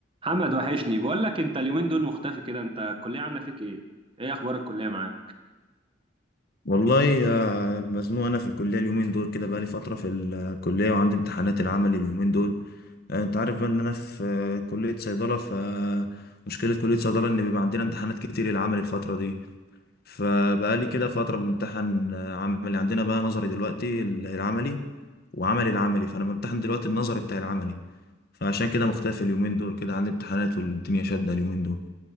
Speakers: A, on the right; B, on the left.
A: محمد وحشني بقول لك انت اليومين دول مختفي كده انت الكليه عامله فيك ايه ايه اخبار الكليه معاك
B: والله آه، مزنوق انا في الكليه اليومين دول كده بقالي فتره في الكليه وعندي امتحانات العمل اليومين دول آه، انت عارف بقى ان انا في آه، كليه صيدله ف مشكله كليه صيدله ان بيبقى عندنا امتحانات كتير العمل الفتره دي فبقالي كده فتره بامتحن آه، عملي عندنا بقى نظري دلوقتي ال- العملي وعملي العملي فانا بامتحن دلوقتي النظري بتاع العملي فعشان كده مختفي اليومين دول كده عندي امتحانات والدنيا شادة اليومين دول